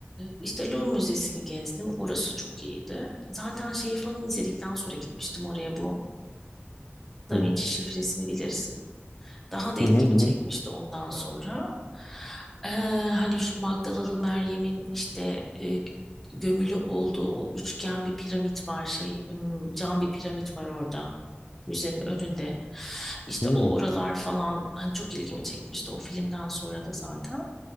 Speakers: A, in the centre; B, on the left.
A: işte Louvre Müzesi'ni gezdim orası çok iyiydi zaten şeyi falan izledikten sonra gitmiştim oraya bu Da
B: Hı hı.
A: Vinci şifresini bilirsin daha da ilgimi
B: Hı hı.
A: çekmişti ondan sonra E, hani şu Magdalalı Meryem'in işte e, gömülü olduğu o üçgen bir piramit var şey m, cam bir piramit var orada müzenin önünde. İşte
B: Hı.
A: o oralar falan hani çok ilgimi çekmişti o filmden sonra da zaten.